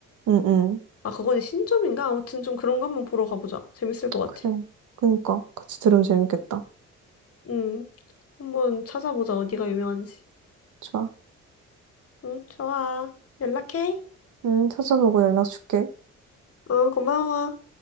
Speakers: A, on the right (about 75°); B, on the left (about 50°).
A: 음, 음.
B: 아, 그거는 신점인가? 아무튼 좀 그런 거 한번 보러 가보자. 재밌을 것 같아.
A: 그래. 그니까. 같이 들으면 재밌겠다.
B: 응, 한번 찾아보자. 어디가 유명한지.
A: 좋아.
B: 응, 좋아. 연락해.
A: 음, 찾아보고 연락 줄게.
B: 응, 고마워.